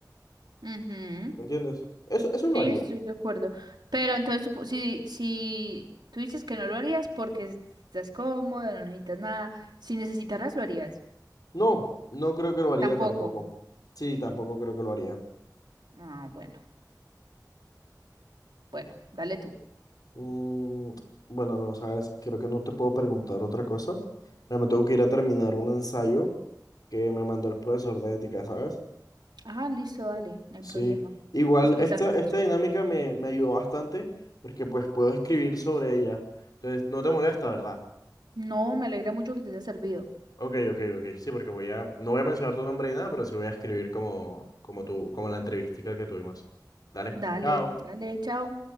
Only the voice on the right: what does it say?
Ujú.
Sí,
estoy de acuerdo. Pero entonces, supo- si, si tú dices que no lo harías porque estás cómoda, no necesitas nada, si necesitaras lo harías.
Tampoco.
Ah, bueno, bueno, dale tú.
Ah, listo, dale, no hay
problema.
Después
hablamos.
No, me alegra mucho que te haya servido.
Dale,
dale, chao.